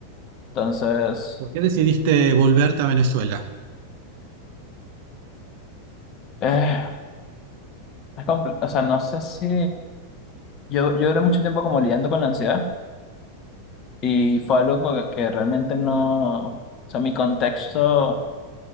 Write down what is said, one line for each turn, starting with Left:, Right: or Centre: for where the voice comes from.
Left: Entonces,
Right: ¿Por qué decidiste volverte a Venezuela?
Left: eh, es compl- o sea, no sé si... Yo, yo duré mucho tiempo como lidiando con la ansiedad y fue algo co- que realmente no... O sea, mi contexto